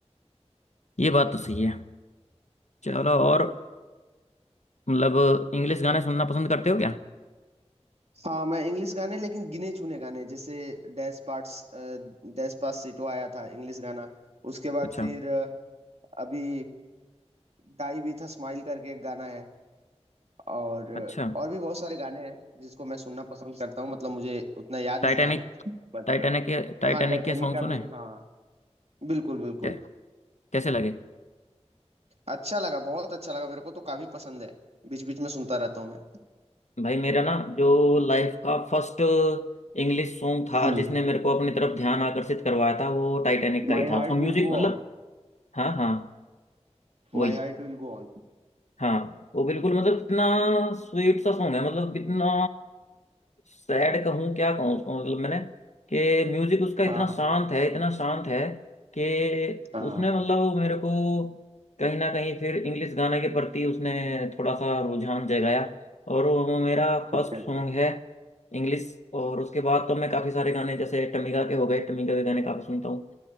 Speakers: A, on the left; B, on the right.
A: ये बात तो सही है चलो और मतलब इंग्लिश गाने सुनना पसंद करते हो क्या
B: हाँ मैं इंग्लिश गाने लेकिन गिने चुने गाने जैसे डैश पार्ट्स डैश पास सिटो आया था इंग्लिश गाना उसके बाद
A: अच्छा
B: फिर अ, अभी डाई भी था स्माइल करके एक गाना है और
A: अच्छा
B: और भी बहुत सारे गाने हैं जिसको मैं सुनना पसंद करता हूँ मतलब मुझे उतना याद
A: टाइटैनिक
B: नहीं नाम बट
A: टाइटैनिक के टाइटैनिक
B: हाँ टाइटैनिक
A: के सॉन्ग
B: का
A: सुने
B: भी हाँ बिल्कुल बिल्कुल
A: क्या कैसे लगे
B: अच्छा लगा बहुत अच्छा लगा मेरे को तो काफी पसंद है बीच बीच में सुनता रहता हूँ मैं
A: भाई मेरा ना जो लाइफ का फर्स्ट इंग्लिश सॉन्ग था
B: हम्म
A: जिसने मेरे को अपनी तरफ ध्यान आकर्षित करवाया था वो टाइटैनिक का
B: My
A: ही था
B: heart
A: उसका म्यूजिक
B: will go
A: मतलब
B: on
A: हाँ हाँ वही
B: My heart will go on
A: हाँ वो बिल्कुल मतलब इतना स्वीट सा सॉन्ग है मतलब इतना सैड कहूँ क्या कहूँ उसको मतलब मैंने कि म्यूजिक उसका इतना
B: हाँ
A: शांत है इतना शांत है कि
B: हाँ
A: उसने
B: हाँ,
A: मतलब वो मेरे को कहीं ना कहीं फिर इंग्लिश गाने के प्रति उसने थोड़ा सा रुझान जगाया और वो मेरा फर्स्ट
B: अच्छा अच्छा
A: सॉन्ग है इंग्लिश और उसके बाद तो मैं काफ़ी सारे गाने जैसे टमिका के हो गए टमिका के गाने काफ़ी सुनता हूँ